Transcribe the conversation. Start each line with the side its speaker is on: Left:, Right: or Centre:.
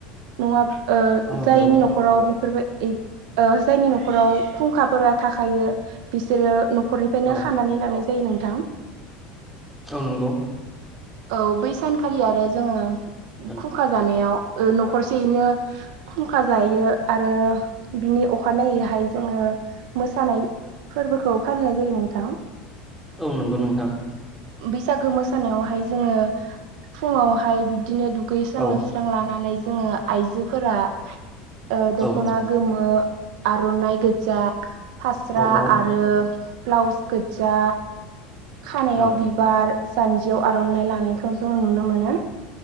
Right: नङा ओ
Centre: औ नंगौ
Right: जायनि न'खराव बेफोरबायदि इ ओ जायनि न'खराव खुंखाफोरा थाखायो बिसोरो न'खरनिफ्रायनो
Centre: औ
Right: खानानै लानाय जायो नोंथां।
Centre: औ नंगौ।
Right: औ बै सानखालि आरो जोङो
Centre: औ
Right: खुंखा जानायाव न'खरसेयैनो खुंखा जायो आरो बिनि अखानायैहाय जोङो मोसानाय फोरबोखौ फालिनाय जायो नोंथां।
Centre: औ नंगौ नोंथां
Right: बैसागो मोसानायावहाय जोङो फुुङाहाय बिबदिनो दुगैस्रां
Centre: औ
Right: लोब स्रां लानानै जोङो आइजोफोरा ओ दखना
Centre: औ
Right: गोमो आर'नाइ गोजा फास्रा
Centre: औ
Right: आ
Centre: औ
Right: आरो ब्लाउस गोजा खानायाव
Centre: औ
Right: बि बार जान्जियाव आर'नाइ लानायखौ जोंङो नुनो मोनो